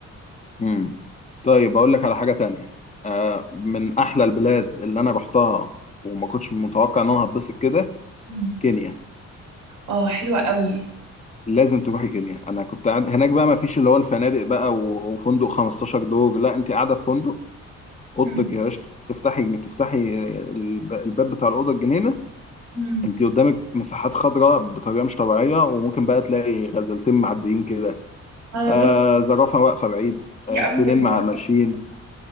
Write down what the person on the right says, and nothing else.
مم.
اه حلوه قوي
مم.
مم.
اه
تحفة
كتير
قوي
في الموضوع